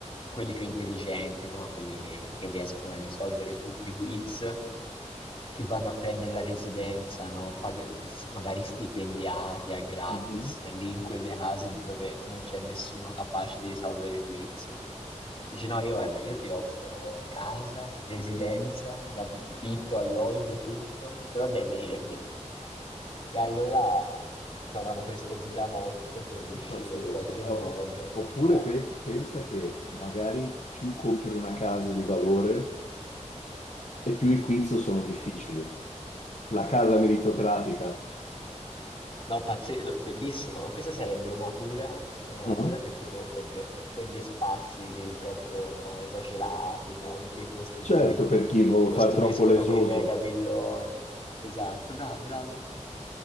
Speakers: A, on the left (about 40°); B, on the left (about 65°).
A: quelli più intelligenti, no? Quelli che, che riescono a risolvere tutti i quiz. che vanno a prendere la residenza, no? Pag- s- magari stipendiati a gratis,
B: Mhm,
A: lì in quelle case dove non c'è nessuno capace di risolvere quiz. Dici no, io guarda, io ti offro casa, residenza,
B: mhm.
A: da- vitto, alloggio, tutto, però devi venire qui. E allora trovano questo sgamotto per riuscire
B: Pazzesco.
A: in qualche
B: O-
A: modo,
B: Oppure
A: no?
B: pe- pensa che magari più compri una casa di valore, E più i quiz sono difficili. La casa
A: No.
B: meritocratica.
A: No, pazze- bellissimo. Questa sarebbe una cura, una
B: Ah,
A: cura per, tipo, per, per gli spazi di troppo no, esagerati, no? In quei posti in
B: Certo,
A: cui
B: per chi vuol
A: costruiscono
B: far troppo lesoso.
A: quei mega villoni. Esatto, bravo, bravo.